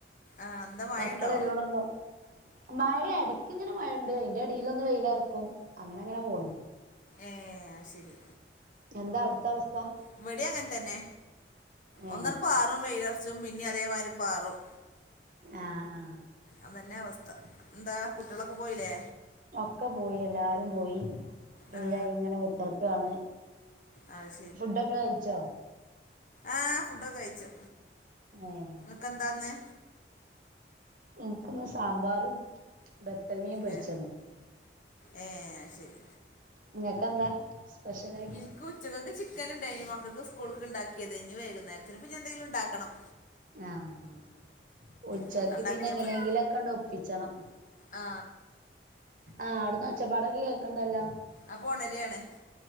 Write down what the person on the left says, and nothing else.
ആ എന്താ മഴയുണ്ടോ
ഏഹ് ആഹ് ശരി.
ഇവടേം അങ്ങൻ തന്നെ
ഒന്ന് അങ്ങട് പാറും വെയിലറച്ചും പിന്നെ അതേമായിരി പാറും.
അതന്നെ അവസ്ഥ എന്താ കുട്ടികളൊക്കെ പോയിലെ?
ആ
അത്
ആഹ് ഫുഡൊക്കെ കഴിച്ചു.
ക്കെന്താ ഇന്ന്.
ഏ ഏ അത് ശരി
ഇൻക്ക് ഉച്ചക്ക്ക്ക് ചിക്കൻ ഇണ്ടെയിനു മക്കൾക്ക് സ്കൂൾക്ക്ണ്ടാക്കിയത് ഇനി വൈകുന്നേരത്തിന് ഇനി എന്തെങ്കിലും ഇണ്ടാക്കണം.
കൂട്ടാണ്ടാക്കിയാൽ
മതി
ആ
അപോണരിയാണ്.